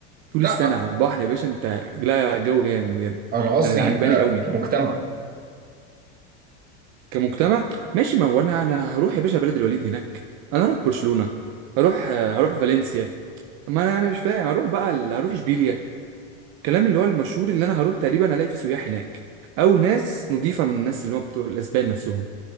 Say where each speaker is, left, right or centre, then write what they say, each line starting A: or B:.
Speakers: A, on the right; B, on the right.
A: طول
B: لا
A: السنه على البحر يا باشا انت لا الجو جامد بجد
B: انا قصدي
A: انا عجباني
B: ك-
A: قوي
B: كمجتمع
A: كمجتمع ماشي ما هو انا انا هروح يا باشا بلد الوليد هناك انا هروح برشلونه هروح آه، هروح فالنسيا ما انا انا مش فاهم هروح بقى ال- هروح اشبيليا الكلام اللي هو المشهور اللي انا هروح تقريبا الاقي فيه سياح هناك او ناس نضيفه من الناس اللي هم بتوع الاسبان نفسهم